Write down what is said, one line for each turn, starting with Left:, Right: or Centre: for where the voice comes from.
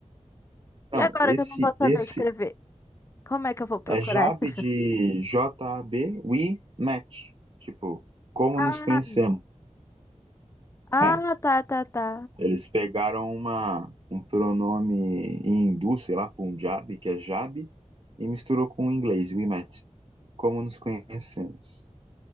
Right: Não,
Left: E agora
Right: esse,
Left: que eu não vou saber
Right: esse
Left: escrever? Como é que eu vou procurar
Right: É Jab
Left: esse filme?
Right: de J-A-B, we met. Tipo, como
Left: Ah,
Right: nos conhecemos.
Left: ah,
Right: É,
Left: tá, tá, tá.
Right: eles pegaram uma, um pronome em hindu, sei lá, Punjabi, que é Jab, e misturou com o inglês, we met. Como nos conhecemos.